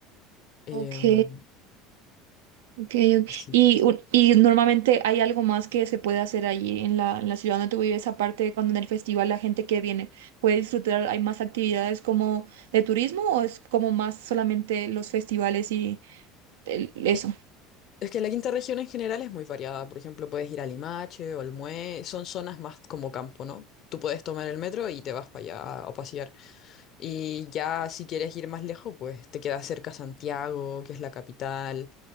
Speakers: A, on the left; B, on the right.
A: Em,
B: Ok, Ok, ok.
A: sí.
B: Y, un- y normalmente hay algo más que se puede hacer allí en la, en la ciudad donde tú vives, aparte de cuando en el festival la gente que viene puede disfrutar, hay más actividades como de turismo o es como más solamente los festivales y el- eso.
A: Es, es que la quinta región en general es muy variada. Por ejemplo, puedes ir a Limache o al Mue. Son zonas más como campo, ¿no? Tú puedes tomar el metro y te vas para allá a pasear. Y ya si quieres ir más lejos, pues te queda cerca Santiago, que es la capital.